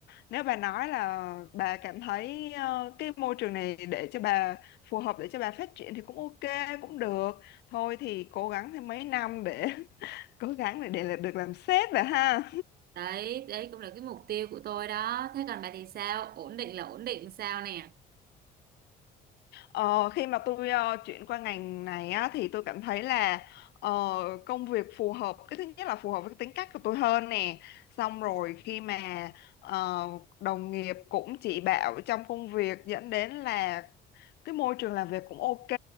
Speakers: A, on the left (about 75°); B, on the right (about 65°).
A: nếu bà nói là bà cảm thấy ờ, cái môi trường này để cho bà phù hợp để cho bà phát triển thì cũng ok cũng được thôi thì cố gắng thêm mấy năm để <laughs> cố gắng để, để là- được làm sếp vậy ha
B: đấy đấy cũng là cái mục tiêu của tôi đó thế còn bà thì sao ổn định là ổn định sao nè
A: ờ, khi mà tôi ờ, chuyển qua ngành này á, thì tôi cảm thấy là ờ, công việc phù hợp cái thứ nhất là phù hợp với cái tính cách của tôi hơn nè xong rồi khi mà ờ, đồng nghiệp cũng chỉ bảo trong công việc dẫn đến là cái môi trường làm việc cũng ok